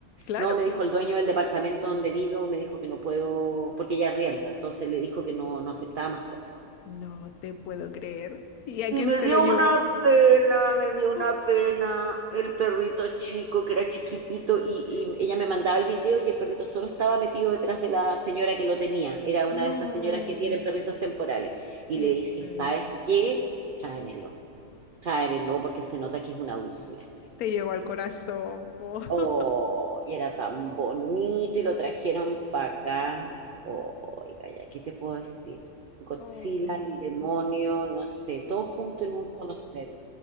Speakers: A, on the left; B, on the right.
A: claro,
B: No, me
A: po.
B: dijo el dueño del departamento donde vivo, me dijo que no puedo, porque ella rienda, entonces le dijo que no, no aceptaba mascota.
A: No te puedo creer. ¿Y a
B: Y
A: quién
B: me
A: se
B: dio
A: lo llevó?
B: una pena, me dio una
A: Ah,
B: pena el perrito chico que era chiquitito y,
A: sí.
B: y ella me mandaba el video y el perrito solo estaba metido detrás de la señora que lo tenía. Era una
A: No,
B: de estas señoras que tienen perritos temporales. Y
A: qué
B: le dije,
A: pena.
B: ¿sabes qué? Tráemelo, tráemelo porque se nota que es una dulzura.
A: Te llegó al corazón, po. <laughs>
B: Oh, y era tan bonito y lo trajeron para acá. Oh, oiga, ya, ¿qué te puedo decir? Godzilla,
A: Oh.
B: el demonio, no sé, todo junto en un solo ser.